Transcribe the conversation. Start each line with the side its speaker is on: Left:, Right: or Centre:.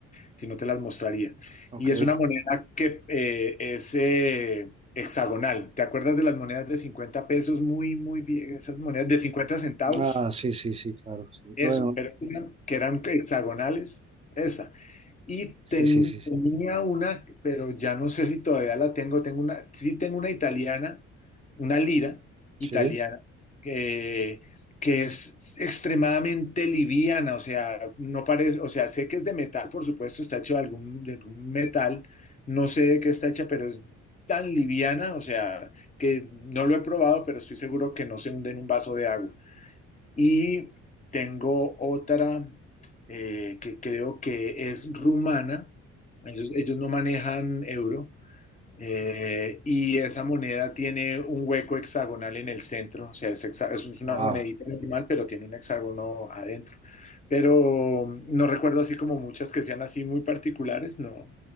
Left: si no te las mostraría.
Right: Ok.
Left: Y es una moneda que eh, es eh, hexagonal. ¿Te acuerdas de las monedas de 50 pesos? Muy, muy bien, esas monedas de 50 centavos.
Right: Ah, sí, sí, sí, claro, sí.
Left: Eso,
Right: Bueno,
Left: pero eran- que
Right: eh,
Left: eran hexagonales, esa. Y
Right: sí,
Left: ten-
Right: sí, sí, sí.
Left: tenía una, pero ya no sé si todavía la tengo, tengo una, sí tengo una italiana, una lira italiana,
Right: Sí,
Left: que, que es extremadamente liviana, o sea, no parece, o sea, sé que es de metal, por supuesto, está hecho de algún, de algún metal, no sé de qué está hecha, pero es tan liviana, o sea, que no lo he probado, pero estoy seguro que no se hunde en un vaso de agua. Y tengo otra eh, que creo que es rumana. Ellos, ellos no manejan euro. eh, y esa moneda tiene un hueco hexagonal en el centro. O sea, es, hexa- es una
Right: wow.
Left: monedita normal, pero tiene un hexágono adentro. Pero mm, no recuerdo así como muchas que sean así muy particulares, no.